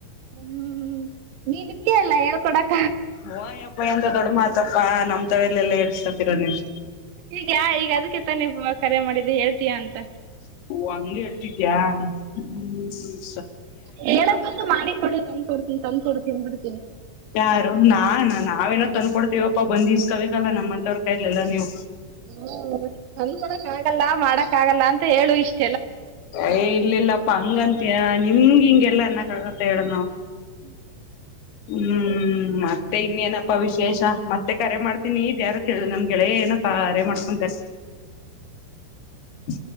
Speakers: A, on the right (about 80°); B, on the left (about 60°).
A: ಹ್ಮ್ ನೀನ್ ಬಿಿಯಲ್ಲ ಹೇಳ್ಕೊಡಕ್
B: ಹಾ ಮಮ್ಮಯಂತ ದೊಡ್ಡ ಮಾತಪ್ಪಾ ನಮ್ ತವಲ್ಲ ಎಲ್ಲಾ ಎೇಸ್ತಾತೀರ ನೀವು
A: ಈಗ ಯ ಈಗ ಅದಕ್ಕೆ ತ ನೀವು ಕರೆ ಮಾಡಿದ್ದ ಹೇಳ್ತೀಯಾ ಅಂತ
B: ಅಂದ <inaudible>
A: ಹೇಳ ಬಂತ ಮಾಡಿ ಕೊಡಿ ತಂದ್ ಕೊಡ್ತನಿ ತಂದ್ ಕೊಡ್ತೀನಿ ತಿನ್ ಬಿಿಡ್ತೀನಿ
B: ಯಾರು ನಾಾನ ನಾವೆಲ್ಲ ತಂದ್ಕೊಡ್ತೀವಪ್ಪ ಬಂದ ಕವಿ ಕಲ್ಲ ನಮ್ಮಂತವ್ರ ಕ ಎಲ್ಲ ನೀವು
A: ಹ ಅಂದ್ಕಡಕ್ ಆಗಲ್ಲ ಮಾಡಕ್ ಆಗಲ್ಲ ಅಂತ ಹೇಳು ಇಷ್ಟ
B: ಯ ಇಲ್ಲಿಲ್ಲಪ್ಪ ಹಂಗಂತಯ ನಿಮ್ಗೆ ಹಿಂಗೆಲ್ಲಾ ಅನ್ನಕ್ಕ ಆಗತ್ತೆ ಹೇಳು ನಾವವು
A: ಹ್ಮ
B: ಹ್ಮ್ ಮತ್ತೆ ಇನ್ನೇನಪ್ಪಾ ವಿಶೇಷ ಮತ್ತೆ ಕರೆ ಮಾಡ್ತೀನಿ ನೀ ಯಾರ ಕೇಳ ನಮ್ ಗೆಳೆಯ ಏನ ಕರೆ ಮಾಡ್ಕೊಂತಾರೆ ಹ